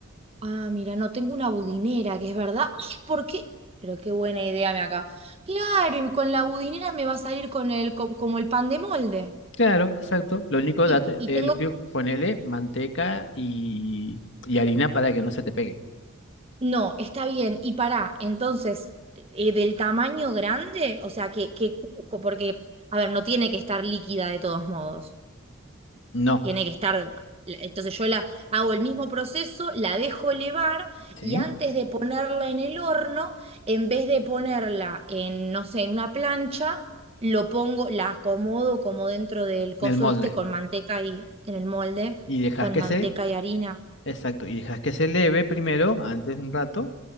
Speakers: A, on the right; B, on the left.
A: Ah, mira, no tengo una budinera, que es verdad. Ay, ¿Por qué? Pero qué buena idea me acá. Claro, y con la budinera me va a salir con el, co- como el pan de molde.
B: Claro, exacto. Lo único,
A: Y,
B: date,
A: y
B: eh,
A: tengo
B: lo que ponele manteca y, y harina para que no se te pegue.
A: No, está bien. Y para entonces, eh, del tamaño grande, o sea, que, que, cu- porque, a ver, no tiene que estar líquida de todos modos.
B: No,
A: Tiene que estar, eh, entonces yo la hago el mismo proceso, la dejo elevar
B: ¿sí?
A: y antes de ponerla en el horno, en vez de ponerla en, no sé, en una plancha, lo pongo, la acomodo como dentro del coso
B: En el molde.
A: este con manteca y, en el molde,
B: Y dejas
A: con
B: que
A: manteca
B: se,
A: y harina.
B: exacto, y dejas que se leve primero, antes un rato,